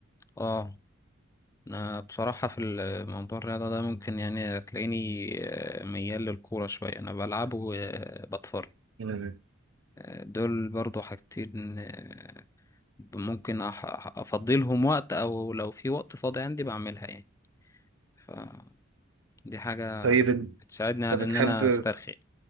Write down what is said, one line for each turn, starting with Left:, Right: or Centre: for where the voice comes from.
Left: اه أنا بصراحة في ال- موضوع الرياضة ده ممكن يعني تلاقيني آه، ميال للكورة شوية أنا بلعبه وبتفرج
Right: مم.
Left: آه، دول برضو حاجتين آه، ممكن أح- أح- افضلهم وقت او لو في وقت فاضي عندي بعملها يعني فدي حاجة
Right: طيب انت
Left: بتساعدني على
Right: بتحب
Left: ان انا استرخي